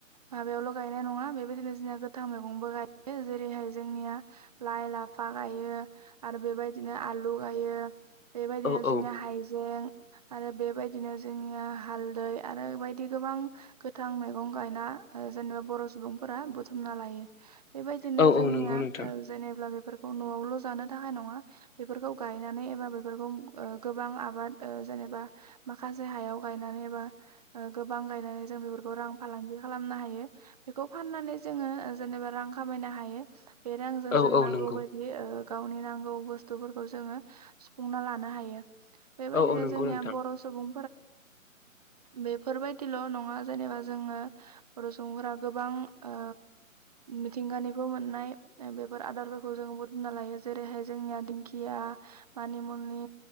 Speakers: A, on the right; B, on the left.
A: माबायावल गायनाय नङा बेबायदिनो जोंना गोथां मैगंबो गायो जेरैहाय जोंनिया लाइ लाफा गायो आर बेबायदि दिनो आलु गायो बेबायदिनो
B: औ
A: जोंनिया
B: औ
A: हायजें आरो बेबायदिनो जोंनिया हालदै आरो बायदि गोबां गोथां मैगं गायना जेनेबा बर सुबुंफोरा बुथुमना लायो बेबायदिनो
B: औ
A: जोंनिया
B: औ नंगौ नोंथां
A: जेनेबा ओ बे बेफोरखौ नआवल जानो थाखाय नङा बेफोरखौ गायनानै एबा बेफोरखौ गोबां आबाद ओ जेनेबा माखासे हयाव गायनानैबा ओ गोबां गायनानै जों बेफोरखौ रां फालांगि खालाम नो हायो। बेखौ फाननानै जोङो जेनेबा रां खामायनो हायो बे रांजों
B: औ
A: जों
B: औ
A: नांगौ
B: नंगौ
A: बायदि ओ गावनि नांगौ बुस्थुफोरखौ जोङो सुफुंना लानो हायो बेबायदिनो
B: औ औ नंगौ
A: जोंनिया
B: नोंथां
A: बर सुबुं बेफोरबायदिल नङा जेनेबा जोङो बर सुबुंफोरा गोबां ओ मिथिंगानिखौ मोननाय बेफोर आदारफोरखौ जों बुथुमना लायो जेरैहाय जोंनिया दिंखिया मानिमुनि